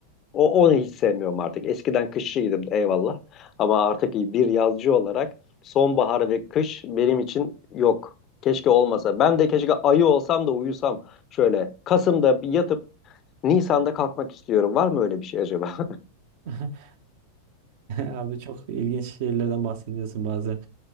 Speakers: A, on the left (about 30°); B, on the right (about 50°).
A: O onu hiç sevmiyorum artık. Eskiden kışçıydım eyvallah. Ama artık bir yazcı olarak sonbahar ve kış benim için yok. Keşke olmasa. Ben de keşke ayı olsam da uyusam. Şöyle Kasım'da bir yatıp Nisan'da kalkmak istiyorum. Var mı öyle bir şey acaba?
B: <laughs> Abi çok ilginç şeylerden bahsediyorsun bazen.